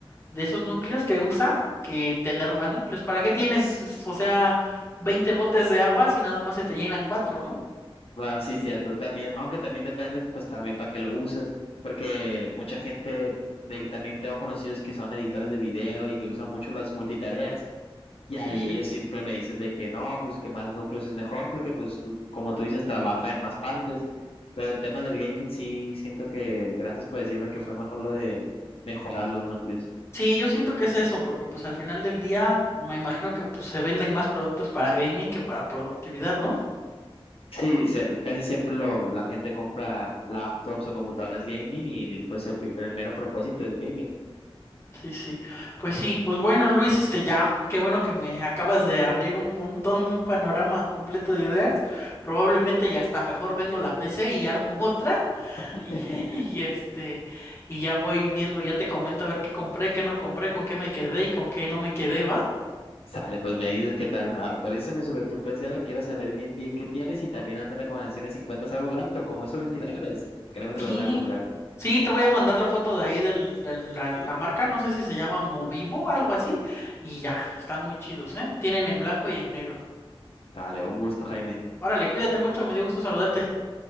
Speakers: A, on the left; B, on the left.
A: de esos núcleos que usa que tener más núcleos. ¿Para qué tienes, o sea, 20 botes de agua si nada más se te llenan cuatro, ¿no?
B: bueno, sí, cierto, también, aunque también depende, pues también para qué lo usas, porque mucha gente, de que también tengo conocidos que son editores de video y que usan mucho las multitareas, Y
A: Sí,
B: ahí
A: sí.
B: ellos siempre me dicen de que no, pues que más núcleos es mejor porque pues l- como tú dices, trabaja en más partes. Pero en temas del gaming sí siento que, gracias por decirme que fue mejor lo de mejorar los núcleos.
A: Sí, yo siento que es eso, porque pues al final del día me imagino que pues se venden más productos para gaming que para productividad, ¿no?
B: Sí, se- casi siempre lo, la gente compra laptops o computadoras gaming y pues el, pri- el mero propósito es gaming.
A: Sí, sí. Pues sí, pues bueno, Luis, este ya, qué bueno que me acabas de abrir un montón, un panorama completo de ideas. Probablemente ya hasta mejor vendo la PC y armo otra
B: <laughs>
A: y, <laughs> y este y ya voy viendo, ya te comento a ver qué compré, qué no compré, con qué me quedé y con qué no me quedé, ¿va?
B: Sale, pues me dices qué tal, ma- actualízame sobre tu PC, quiero saber bien bien qué tienes y también hazme recomendaciones si encuentras algo barato como esos ventiladores. Créeme que
A: Sí,
B: los voy a comprar.
A: sí, te voy a mandar la foto de ahí del- de la, la marca, no sé si se llama Movivo, algo así, y ya, están muy chidos, ¿eh? Tienen en blanco y en negro.
B: Dale, un gusto, Jaime.
A: Órale, cuídate mucho, me dio gusto saludarte.